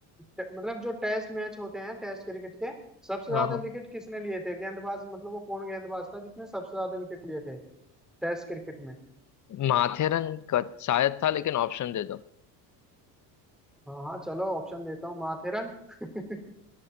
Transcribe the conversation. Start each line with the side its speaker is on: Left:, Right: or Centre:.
Centre: ट- मतलब जो टेस्ट मैच होते हैं टेस्ट क्रिकेट के सबसे ज्यादा
Left: हाँ हाँ
Centre: विकेट किसने लिए थे गेंदबाज मतलब वो कौन गेंदबाज था जिसने सबसे ज्यादा विकेट लिए थे टेस्ट क्रिकेट में
Left: माथेरन का शायद था लेकिन ऑप्शन दे दो
Centre: हाँ हाँ चलो ऑप्शन देता हूँ माथेरन <laughs>